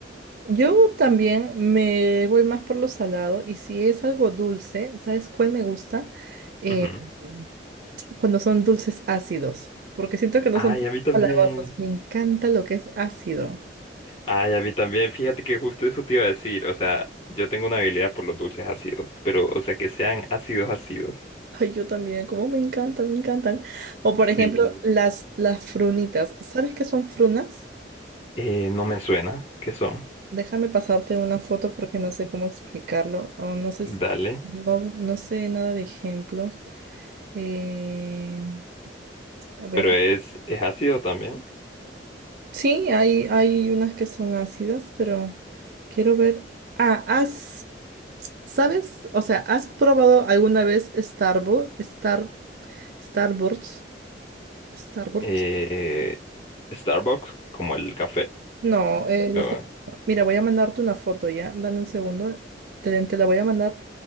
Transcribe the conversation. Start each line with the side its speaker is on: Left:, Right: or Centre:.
Right: Yo también me voy más por lo salado y si es algo dulce, ¿sabes cuál me gusta?
Left: Ujú.
Right: Mm. Cuando son dulces ácidos, porque siento que no
Left: Ay,
Right: son tan
Left: a mí también.
Right: empalagosos. Me encanta lo que es ácido.
Left: Ay, a mí también, fíjate que justo eso te iba a decir, o sea, yo tengo una habilidad por los dulces ácidos, pero, o sea, que sean ácidos ácidos.
Right: Ay, yo también, como me encanta, me encantan. O por ejemplo,
Left: Sí.
Right: las, las frunitas. ¿Sabes qué son frunas?
Left: Eh, no me suena, ¿qué son?
Right: Déjame pasarte una foto porque no sé cómo explicarlo. O no sé, s-
Left: Dale,
Right: no, no sé nada de ejemplos. Eh, voy
Left: pero
Right: a pon-
Left: es, es ácido también.
Right: Sí, hay, hay unas que son ácidas, pero quiero ver. Ah, has, ¿sabes? O sea, ¿has probado alguna vez Starbo, Star, Starburst? Starburst.
Left: Eh, Starbucks, como el café.
Right: No, eh, de
Left: Oh,
Right: esa- mira, voy a mandarte una foto ya. Dame un segundo. Te, te la voy a mandar